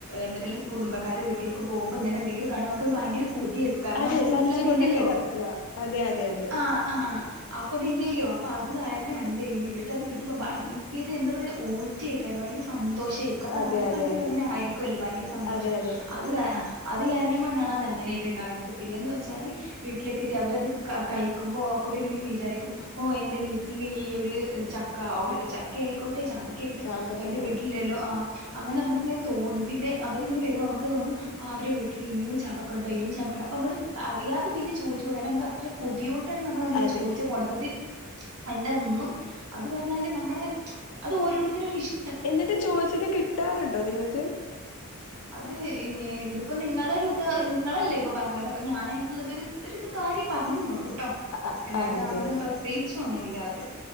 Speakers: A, on the right; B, on the left.
A: എന്തായാലും കുടുംബാക്കാരെ വീട്ടിലൊക്കെ പോകുമ്പങ്ങനെ എന്തങ്കിലും കണ ക്കത് ഭയങ്കര കൊതിയെടുക്കും കാരണം
B: അതെ
A: നമ്മുടെ വീട്ടിലത്
B: സഞ്ചി കൊണ്ടൊക്കെ
A: ല്ലല്ലോ
B: നടക്കുക അതെ അതെ അതെ
A: ആഹ് ആഹ് ആ അപ്പൊ അതില്ലല്ലോ അപ്പൊ അത് കാരണം എന്ത് ചെയ്യ ഇവർക്കത് കിട്ടുമ്പോ ഭയങ്കര എന്താ പറയ്യാ ഓറ്റ്യേക്കാര് ഭയങ്കര സന്തോഷം. ക്കും അത്
B: അതെ
A: ആർക്കാണെങ്കിലും
B: അതെ അതെ
A: അങ്ങനെ ആരിക്കല്ലോ ഭയങ്കര സന്തോഷം
B: അതെ അതെ
A: അത് ആ അത് ങ്ങനെയൊക്കെ ഉണ്ടാവത് പിന്നെന്ന് വെച്ചാല് വീട്ടിലേക്ക് എത്തി അവരത് കഴിക്കുമ്പോ അപ്പൊ അവങ്ങനെ വിചാരിക്കും എന്റെ വീട്ടിൽ ഈ ഒരു ചക്ക ചക്ക ആയിക്കോട്ടെ. ട്ടെ ചാമ്പക്കെക്കിട്ടിയാ
B: ചാമ്പൊക്കെ
A: അതിന്റെ വീട്ടിലില്ലല്ലോ
B: ആ
A: ആഹ് അങ്ങനെ നമുക്കിങ്ങനെ തോന്നും പിന്നെ അവരിങ്ങനെ വരുമ്പോ നമുക്ക് തോന്നും ആവര് വി ട്ടിലിനിയും ചമ്പക്കണ്ടോ ഇനിയും ചാമ്പക്ക് അപ്പൊ നമ്മള് അറിയാതെ പിന്നെ ചോദിച്ചു പോകും കാരണം നമു അ കൊതിയോണ്ടാണ് നമ്മളങ്ങനെ
B: അതെ
A: ചോദിച്ച് പോണതത് എന്തന്നും അത് പറഞ്ഞാല് നമ്മളെ അത് ഓരോരുത്തരൊരു ഇഷ
B: എന്നിട്ട് ചോദിച്ചിട്ട് കിട്ടാറുണ്ടോ നിങ്ങക്ക്
A: അത് ഏന്ത് ഇപ്പോ നിങ്ങടൊരു ഇത് നിങ്ങളല്ലേ ഇപ്പോ പറഞ്ഞത് അപ്പ ഞാനതിന്റുള്ളതൊരു ഒരു ഇത് കാര്യം പറഞ്ഞുന്നുള്ളൂ ട്ടോ
B: അ-
A: അല്ലാതെ
B: അതെ
A: അങ്ങനെ പ്രത്യേകിച്ച് ഒന്നു ഇല്ലാതെ